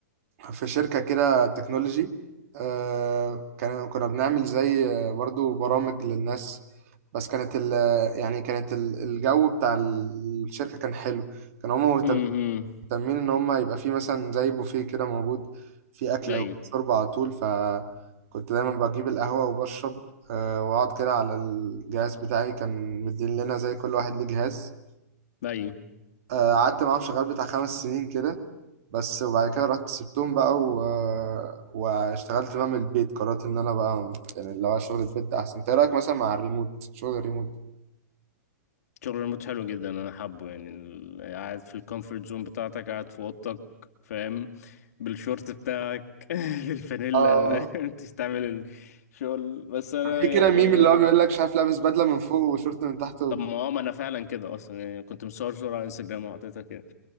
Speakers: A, on the right; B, on the left.
A: في شركة كده تكنولوجي آه، كان كنا بنعمل زي آه، برضو برامج للناس بس كانت ال يعني كانت ال- الجو بتاع الشركة كان حلو كانوا هما مهتمين
B: امم
A: مهتمين ان هم يبقى في مثلا زي بوفيه كده موجود في اكله
B: ايوه
A: وشرب على طول فكنت دايما بجيب القهوه وبشرب آه، واقعد كده على الجهاز بتاعي كان مدين لنا زي كل واحد ليه جهاز
B: ايوه
A: آه، قعدت معاهم شغال بتاع خمس سنين كده بس وبعد كده رحت سبتهم بقى و... واشتغلت بقى من البيت قررت ان انا بقى يعني اللي هو شغل البيت ده احسن إنت ايه رايك مثلا مع الريموت شغل الريموت
B: شغل ريموت حلو جدا انا حابه يعني ال- قاعد في الكومفورت زون بتاعتك قاعد في اوضتك فاهم بالشورت بتاعك <laughs> بالفانيلا
A: اه
B: فاهم؟ تستعمل الشغل بس انا
A: في كده
B: يعني
A: ميم اللي هو بيقول لك شايف لابس بدله من فوق وشورت من تحت و...
B: طب ما اه ما انا فعلا كده اصلا يعني كنت مصور صورة على انستجرام وحطيتها كده